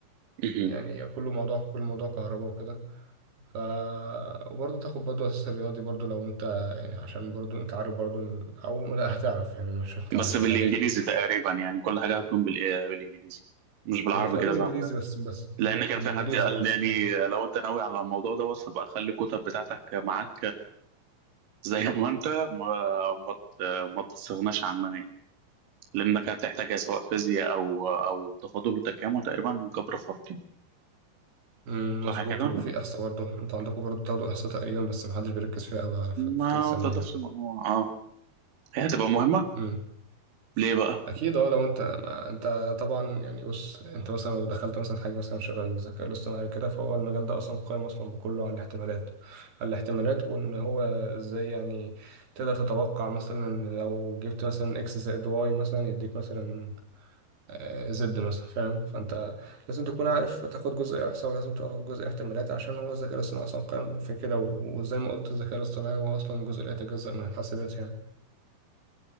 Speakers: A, on the right; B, on the right.
A: مهم.
B: يعني كله موضوع كل موضوع كهرباء وكده ف وبرضه تاخد برضه اساس الرياضي برضه لو انت يعني عشان برضه انت عارف برضه ان- او لا هتعرف يعني مش انت عارف
A: بس بالإنجليزي
B: تعرف منين
A: تقريبا يعني كل حاجة هتكون بال- بالإنجليزي مش بالعربي
B: هي تبقى
A: كده
B: بالانجليزي
A: زي عندنا
B: بس بس
A: لأن
B: آه،
A: كان
B: بالانجليزي
A: في حد قال
B: اه بس
A: لي يعني
B: ده
A: لو أنت ناوي على الموضوع دوت فبقى خلي الكتب بتاعتك معاك زي ما أنت ما ما ت- ما تستغناش عنها يعني لأنك هتحتاجها سواء فيزياء أو أو تفاضل وتكامل تقريبا جبر خطي
B: أمم،
A: صح
B: مظبوط
A: كده؟
B: وفي احصاء برضه انتوا عندكم برضه بتاخدوا احصاء تقريبا بس محدش بيركز فيها قوي على في في
A: ما
B: تالتة ثانوي
A: تضافش المجموع اه هي هتبقى مهمة
B: يعني
A: ليه بقى؟
B: اكيد اه لو انت ما انت طبعا يعني بص انت مثلا لو دخلت مثلا حاجه مثلا شبه الذكاء الاصطناعي كده فهو المجال ده اصلا قائم اصلا بكله على الاحتمالات على الاحتمالات وان هو ازاي يعني تقدر تتوقع مثلا لو جبت مثلا اكس زائد واي مثلا يديك مثلا آه، زد مثلا فاهم فانت لازم تكون عارف تاخد جزء احصاء ولازم تاخد جزء احتمالات عشان هو الذكاء الاصطناعي اصلا قائم في كده و- وزي ما قلت الذكاء الاصطناعي هو اصلا جزء لا يتجزأ من الحاسبات يعني